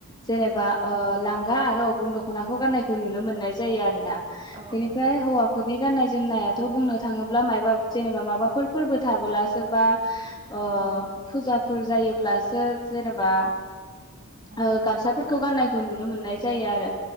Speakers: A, on the left (about 20°); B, on the right (about 35°).
A: जेनेबा
B: औ
A: ओ लां गा आरो अग्रुं दख'नाखौ गान्नायखौ नुनो मोननाय जायो आरो ना।
B: औ
A: बेनिफ्राय
B: औ
A: हौवाफोरनि गाननाय जोमनायाथ बुंनो थाङोब्ला मायबा जेनेबा माबाफोर फोरबो थाबोलासो बा ओ
B: उम
A: फुजा फोर जायोब्लासो जेनेबा
B: औ
A: ओ गामसाफोरखौ गाननाय खौ नुनो मोननाय जायो आरो।